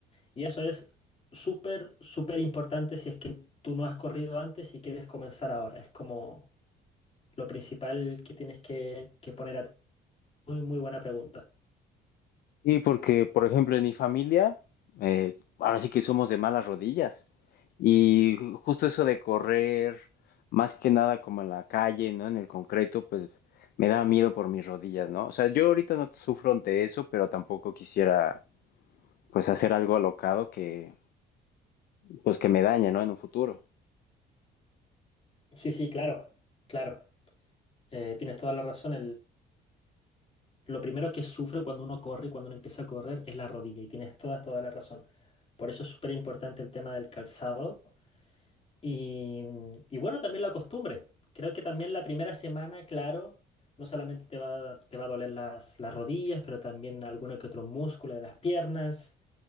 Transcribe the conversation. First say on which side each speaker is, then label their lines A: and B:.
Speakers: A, on the left (about 35°); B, on the left (about 65°).
A: Y eso es súper, súper importante si es que tú no has corrido antes y quieres comenzar ahora. Es como lo principal que tienes que, que poner a... Muy, muy buena pregunta.
B: Y porque, por ejemplo, en mi familia, eh, ahora sí que somos de malas rodillas. Y ju- justo eso de correr, más que nada como en la calle, ¿no? En el concreto, pues me da miedo por mis rodillas, ¿no? O sea, yo ahorita no sufro de eso, pero tampoco quisiera pues hacer algo alocado que, pues que me dañe, ¿no? En un futuro.
A: Sí, sí, claro, claro. Eh, tienes toda la razón. Lo primero que sufre cuando uno corre, y cuando uno empieza a correr, es la rodilla y tienes toda, toda la razón. Por eso es súper importante el tema del calzado y, y bueno, también la costumbre. Creo que también la primera semana, claro, no solamente te va, te va a doler las, las rodillas, pero también alguno que otro músculo de las piernas.